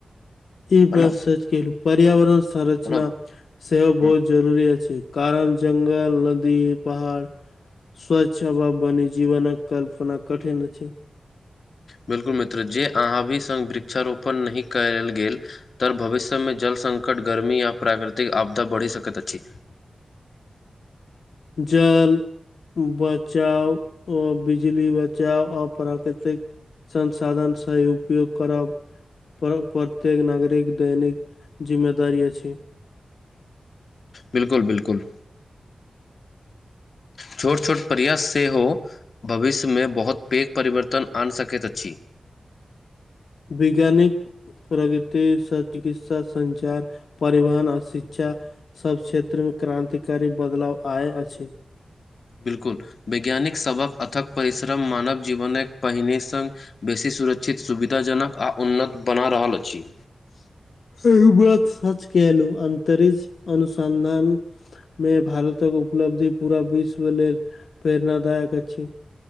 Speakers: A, on the left; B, on the left.
A: ई
B: प्रणव
A: बास सच कहलुॅं पर्यावरण संरचना।
B: प्रणव
A: सेहो
B: हम्म,
A: बहुत जरूरी अछि कारण जंगल, लदी, पहाड़। स्वच्छ हबा बनी जीवनक कल्पना कठिन अछी।
B: बिल्कुल मित्र जे अहाँ भी संग वृक्षारोपण नहि कयाल गेल। तर भविष्य मे जलसंकट गर्मी या प्राकृतिक आपदा बढ़ी सकैत अछि।
A: जल बचाउ ओ बिजली बचाउ अप प्राकृतिक संसाधन सेही उपयोग करब। पर प्रत्येक नागरिक दैनिक जिम्मेदारी अछि।
B: बिल्कुल-बिल्कुल। छोट-छोट प्रयास सेहो। भविष्यमे बहुत पेघ परिवर्तन आनि सकैत अछि।
A: बिज्ञानिक। प्रकृति स चिकित्सा सञ्चार परिवहन आ शिच्छा। सब क्षेत्रमे क्रान्तिकारी बदलाव आय अछि।
B: बिल्कुल वैज्ञानिक सबक अथक परिश्रम मानव जीवनक पहिने सन बेसी सुरच्छित सुविधाजनक आ उन्नत बना रहल अछि।
A: इह बात सच कहलु अन्तरिच्छ अनुसन्धान। मे भारतक उपलब्धि पूरा विश्व लेल प्रेरणादायक अछि।